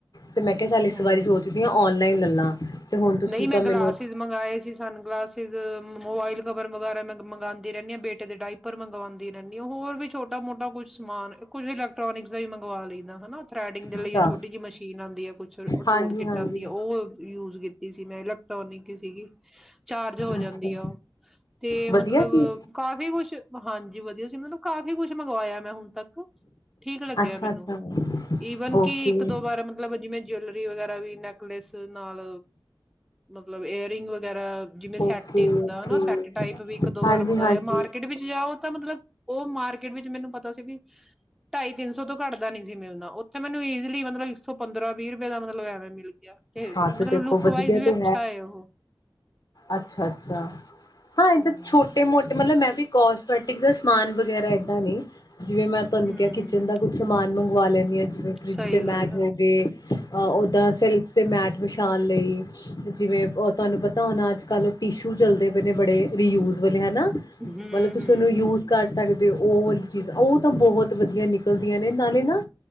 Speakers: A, on the left; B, in the centre.
A: ਤੇ ਮੈਂ ਕਿਹਾ ਚੱਲ ਇਸ
B: ਹੂੰ।
A: ਬਾਰੀ ਸੋਚਦੀ ਹਾਂ ਔਨਲਾਈਨ ਲੈਲਾਂ ਤੇ ਹੁਣ ਤੁਸੀਂ
B: ਨਹੀਂ ਮੈਂ
A: ਮੈਨੂੰ
B: ਗਲਾਸਿਸ ਮੰਗਵਾਏ ਸੀ ਸਨ ਗਲਾਸਿਸ ਮੋਬਾਈਲ ਕਬਰ ਵਗੈਰਾ ਮੰਗਵਾਉਂਦੀ ਰਹਿੰਦੀ ਹਾਂ ਬੇਟੇ ਦੇ ਡਾਇਪਰ ਮੰਗਵਾਉਂਦੀ ਰਹਿੰਦੀ ਹ ਹੋਰ ਵੀ ਛੋਟਾ ਮੋਟਾ ਕੁਛ ਸਮਾਨ ਕੁਛ ਵੀ ਇਲੈਕ੍ਰੋਨਿਕ ਦਾ ਵੀ ਮੰਗਵਾ ਲੈਂਦਾ ਹੈਾ ਥਰੈਡਿੰਗ ਲਈ
A: ਅੱਛਾ
B: ਛੋਟੀ ਜਿਹੀ ਮਸ਼ੀਨ ਆਉਂਦੀ ਹੈ ਕੁਛ ਉਹ
A: ਹਾਂਜੀ
B: ਟੋਲ ਕਿਟ
A: ਹਾਂਜੀ
B: ਆਂਦੀ ਆ ਉਹ ਯੂਜ ਕੀਤੀ ਸੀ ਮੈਂ ਇਲੈਕਟ੍ਰੋਨਿਕ ਸੀਗੀ ਚਾਰਜ ਹੋ
A: ਅੱਛਾ
B: ਜਾਂਦੀ ਆ ਉਹ ਤੇ
A: ਵਧੀਆ
B: ਮਤਲਬ
A: ਸੀ
B: ਕਾਫੀ ਕੁਛ ਹਾਂਜੀ ਵਧੀਆ ਸੀ ਮਤਲਬ ਕਾਫੀ ਕੁਛ ਮੰਗਵਾਇਆ ਮੈਂ ਹੁਣ ਤ ਠੀਕ ਲੱਗਿਆ
A: ਅੱਛਾ
B: ਮੈਨੂੰ
A: ਅੱਛਾ
B: ਈਵਨ
A: ਓਕੇ
B: ਕਿ ਇੱਕ ਦੋ ਵਾਰ ਮਤਲਬ ਜਿਵੇਂ ਜਲ ਵਗੈਰਾ ਵੀ ਨੈਕਲਸ ਨਾਲ ਮਤਲਬ ਏਅਰ ਰਿੰਗ ਵਗੈਰਾ ਜਿਵੇਂ
A: ਓਕੇ
B: ਸੈੱਟ ਹੀ ਹੁੰਦਾ
A: ਓਕੇ
B: ਹਨਾ ਸੈੱਟ ਟਾਈਪ ਵੀ ਇੱਕ ਦੋ
A: ਹਾਂਜੀ
B: ਵਾਰ ਮੰਗਵਾਇਆ
A: ਹਾਂਜੀ
B: ਮਾਰਕੀਟ ਵਿੱਚ ਜਾਓ ਤਾਂ ਮਤਲਬ ਉਹ ਮਾਰਕੀਟ ਵਿੱਚ ਮੈਨੂੰ ਪਤਾ ਸੀ ਵੀ ਢਾਈ ਤਿੰਨ ਸੌ ਤੋਂ ਘੱਟਦਾ ਨੀ ਸੀ ਮੈਂ ਉਹਦਾ ਉੱਥੇ ਮੈਨੂੰ ਈਜ਼ਲੀ ਮਤਲਬ ਇੱਕ ਸੌ ਪੰਦਰਾਂ ਵੀਹ <unintelligible> ਦਾ ਮਤਲਬ ਐਵੇਂ ਮਿਲ ਗਿਆ ਤੇ
A: ਹਾਂ
B: ਮਤਲਬ
A: ਦੇਖੋ
B: ਲੁਕ
A: ਵਧੀਆ
B: ਵਈਜ਼ ਵੀ
A: ਤੇ
B: ਅੱਛਾ ਹੈ ਉਹ
A: ਅੱਛਾ ਅੱਛਾ ਹਾਂ ਇੱਧਰ
B: ਹਮ
A: ਛੋਟੇ ਮੋਟੇ ਮਤਲਬ ਮੈਂ ਵੀ ਕਸਮੈਟਿਕ ਦਾ ਸਮਾਨ ਵਗੈਰਾ ਏਦਾਂ ਨੇ ਜਿਵੇਂ ਮੈਂ ਤੁਹਾਨੂੰ
B: ਹਮ
A: ਕਿਹਾ ਕਿਚਨ ਦਾ ਕੁੱਛ ਸਮਾਨ ਵਾਲੇ ਦੀਆਂ ਜਵੇ ਫਰਿੱਜ
B: ਸਹੀ
A: ਤੇ
B: ਗੱਲ
A: ਮੈਟ
B: ਆ
A: ਹੋ ਗਏ ਅ ਓਦਾਾਂ ਸੈਲਫ ਅਤੇ ਮੈਟ ਵਿਛਾਉਣ ਲਈ ਜਿਵੇਂ ਤੁਹਾਨੂੰ ਪਤਾ ਹੋਣਾ ਅੱਜ ਕੱਲ੍ਹ ਉਹ ਟਿਸ਼ੂ ਚੱਲਦੇ ਪਏ ਨੇ ਬੜੇ ਰੀਯੂਜ਼ ਵਾਲੇ ਹੈ ਨਾ
B: ਹਮ
A: ਮਤਲਬ ਤੁਸੀਂ
B: ਹਮ
A: ਉਹਨੂੰ ਯੂਜ
B: ਹਮ
A: ਕਰ ਸਕਦੇ ਹੋ ਉਹ ਚੀਜ਼ਾਂ ਉਹ ਤਾਂ ਬਹੁਤ ਵਧੀਆ ਨਿਕਲ ਨਿਕਲਦੀਆਂ ਨੇ ਨਾਲੇ ਨਾ